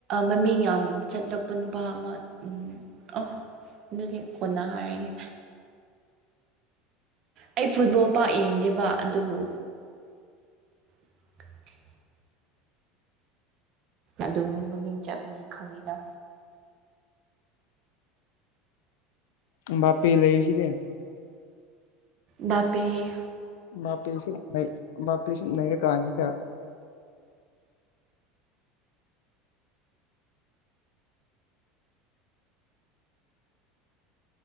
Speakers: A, on the right; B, on the left.
A: ꯃꯃꯤꯡ ꯌꯥꯝ ꯆꯠꯂꯛꯄ ꯅꯨꯄꯥ ꯑꯃ ꯑꯣ ꯑꯗꯨꯗꯤ ꯀꯣꯟꯅ ꯍꯥꯏꯔꯒꯦ ꯑꯩ ꯐꯨꯠꯕꯣꯜ ꯄꯥꯛ ꯌꯦꯡꯗꯦꯕ ꯑꯗꯨꯕꯨ <inaudible> ꯑꯗꯨꯝ ꯃꯃꯤꯡ ꯆꯠꯄꯅꯤꯅ ꯈꯪꯉꯤꯗꯥ
B: ꯑꯝꯕꯥꯄꯦ ꯂꯩꯔꯤꯁꯤꯗꯤ
A: ꯕꯥꯕꯦ
B: ꯕꯥꯄꯤ ꯁꯨ ꯅꯩ ꯕꯥꯄꯤ ꯁꯨ ꯅꯩꯔ ꯀꯥꯟꯁꯤꯗꯥ